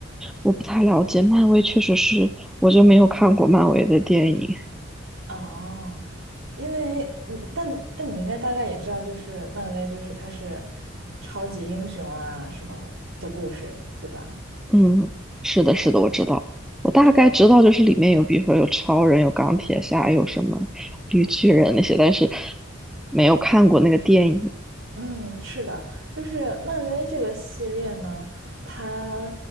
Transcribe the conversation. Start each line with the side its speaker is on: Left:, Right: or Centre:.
Centre: 我不太了解，漫威确实是，我就没有看过漫威的电影。
Right: 哦。因为嗯，但但你应该大概也知道，就是漫威，就是它是超级英雄啊什么的故事，对吧？
Centre: 嗯，是的，是的，
Right: 对
Centre: 我知道，我大概知道，
Right: 因为
Centre: 就是里面有，比如说有超人，有钢铁侠，有什么绿巨人那些，但是没有看过那个电影。
Right: 嗯，是的，就是漫威这个系列呢，它